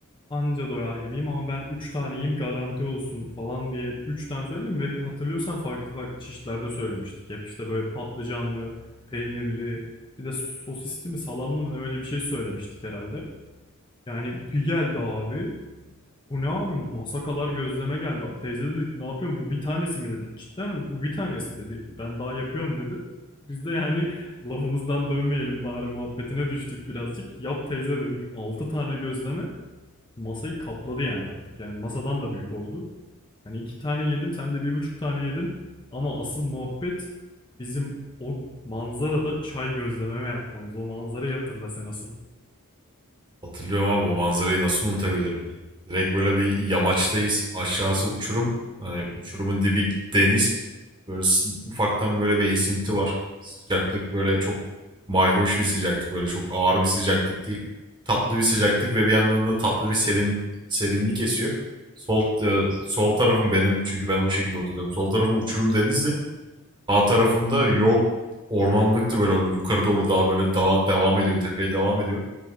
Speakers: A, on the left (about 20°); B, on the right (about 20°).
A: anca doyar gibiyim ama ben üç tane yiyeyim garanti olsun falan diye üç tane söyledim ve hatırlıyorsan farklı farklı çeşitlerde söylemiştik. Hep işte böyle patlıcanlı, peynirli, bir de sosisli mi salamlı mı ne öyle bir şey söylemiştik herhalde. Yani bir geldi abi. Bu ne abi masa kadar gözleme geldi. Teyze dedik ne yapıyorsun bu bir tanesi mi dedik. Cidden mi? bu bir tanesi dedi. Ben daha yapıyorum dedi. Biz de yani <laughs> lafımızdan dönmeyelim bari muhabbetine düştük birazcık. Yap teyze dedik 6 tane gözleme masayı kapladı yani artık. Yani masadan da büyük oldu. Yani 2 tane yedim sen de bir buçuk tane yedin. Ama asıl muhabbet bizim o manzarada çay gözlememe yapmamız. O manzarayı hatırla sen asıl.
B: Hatırlıyorum abi bu manzarayı nasıl unutabilirim. Direkt böyle bir yamaçtayız. Aşağısı uçurum. Hani uçurumun dibi deniz. Böyle s- ufaktan böyle bir esinti var. Sıcaklık böyle çok mayhoş bir sıcaklık. Böyle çok ağır bir sıcaklık değil. Tatlı bir sıcaklık ve bir yandan da tatlı bir serin serinlik esiyor. Sol e, sol tarafım benim çünkü ben o şekilde oturuyorum. Sol tarafım uçurum denizdi. Sağ tarafımda yol ormanlıktı böyle yukarı doğru daha böyle dağa devam ediyor, tepeye devam ediyor.